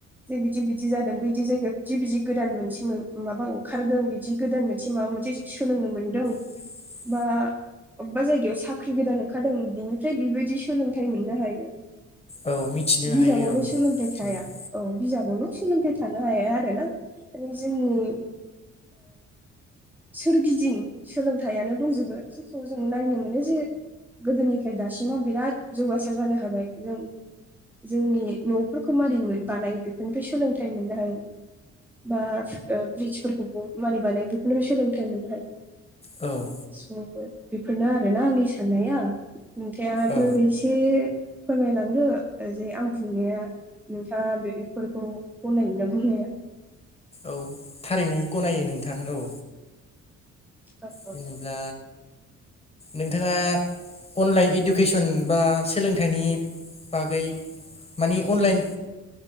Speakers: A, in the centre; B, on the left.
A: जे बिदि बिदि जादों बैदि जायगायाव बिदि बिदि गोदान मोनसे माबा ओंखारदों बिदि गोदान मोनसे माबा मोनसे सोलोंनो मोनदों
B: <inaudible>
A: बा अबेबा जायगायाव साख्रि गोदान ओंखारदों बिनिफ्राय बेबायदि सोलोंथाइ मोननो हायो
B: औ मिथिनो
A: बिजाबावल'
B: हायो औ बिदिनो
A: सोलोंथाइ थाया औ बिजाबावल' सोलोंथाइ थानो हाया आरोना माने जोंनि सोरगिदिं सोलोंथाइयानो दंजोबो जेखौ जों नायनो मोनो जे गोदोनिफ्राय दासिमाव बिराद जौगासार जानो हाबाय जों। जोंनि न'फोरखौ मारै बानायो बेफोरनिफ्राय सोलोंथाइ मोननो हायो बा ओ ब्रिदजफोरखौबो मानि बानायो बेफोरनोबो सोलोंथाइ मोननो हायो।
B: औ
A: स' बेफोरनो आरोना आंनि साननाया नोंथाबो
B: औ
A: एसे फोरमायलांदो जे आं बुंनाया नोंथाङा बेफोरखौ गनायोना गनाया
B: औ थारैनो गनायो नोंथां औ।
A: औ औ
B: जेनेब्ला नोंथाङा अनलाइन इडुकेसन बा सोलोंथाइनि बागै मानि अनलाइन